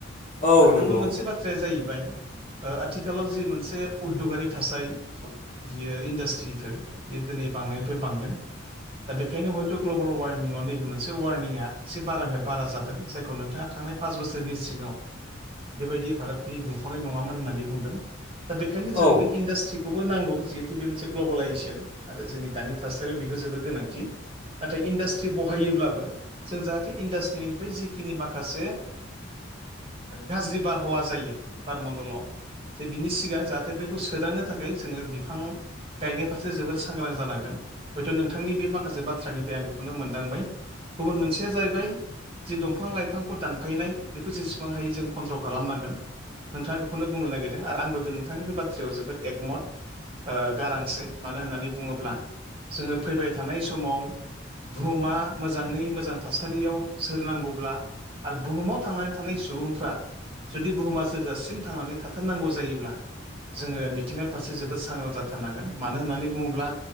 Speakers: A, on the left; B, on the right.
A: औ
B: आरो
A: नंगौ
B: गुबुन मोनसे बाथ्राया जाहैबाय ओ आथिखालाव जि मोनसे उददगारि थासारि बियो इन्डास्ट्रिफोर दिनै बांनायनिफ्राय बांदों दा बेखायनो हयथ' ग्लबेल वार्मिंआव नैबे मोनसे वार्मिंआ एसे बारानिफ्राय बारा जादों जायखौ नोंथाङा थां थांनाय पास बोसोरनि सिगाङाव बेबायदिफाराबखिनि दुंखावनाय नङामोन होननानै बुंदों। दा बेखायनो जों
A: औ
B: बे इन्डासट्रि खौबो नांगौ जिहेतु बे मोनसे ग्लबेलाायजेसन आरो जोंनि दानि थासारियाव बेबो जोबोद गोनांथि। नाथाय इन्डास्ट्रि बहायोब्लाबो जों जाहाथे इन्डास्ट्रिनिफ्राय जिखिनि माखासे गाज्रि बारहावा जायो बारमण्डलाव जे बिनि सिगां जाहाथे बैखौ सोदांनो थाखाय जोङो बिफां गायनाय फारसे जोबोर सांग्रां जानांगोन। हयथ' नोंथांनि बे माखासे बाथ्रानिफ्राय आं बेखौनो मोनदांबाय। गुबुन मोनसेया जाहैबाय जि दंफां लाइफांखौ दानफायनाय बेखौ जेसेबां हायो जों कन्ट्रल खालामनांगोन। नोंथाङा बेखौनो बुंनो नागिरदों आरो आंबोबो नोंथांनि बे बाथ्रायाव जोबोद एकमत गारांसो मानो होननानै बुङोब्ला जोङो फैबाय थानाय समाव बुहुमा मोजाङै मोजां थासारियाव सोरनांगौब्ला आरो बुहुमाव थांनानै थानाय सुबुंफ्रा जुदि बुहुमा जोरजासिम थांनानै थाथारनांगौ जायोब्ला जोङो मिथिंङानि फारसे जोबोद सांग्रां जाथारनांगोन मानो होननानै बुङोब्ला